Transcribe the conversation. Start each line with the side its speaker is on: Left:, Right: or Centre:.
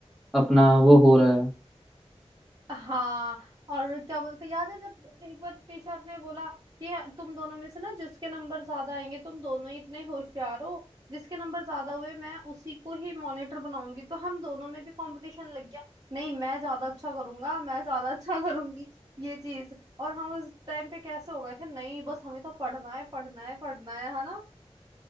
Centre: अपना वो हो रहा है
Right: हाँ और क्या बोलते याद है जब एक बार टीचर ने बोला कि तुम दोनों में से ना जिसके नंबर ज्यादा आएंगे तुम दोनों ही इतने होशियार हो जिसके नंबर ज्यादा हुए मैं उसी को ही मॉनिटर बनाऊंगी तो हम दोनों में भी कंपटीशन लग गया नहीं मैं ज्यादा अच्छा करूंगा मैं ज्यादा अच्छा <laughs> करूंगी ये चीज और हम उस टाइम पे कैसे हो गए थे नहीं बस हमें तो पढ़ना है पढ़ना है पढ़ना है है ना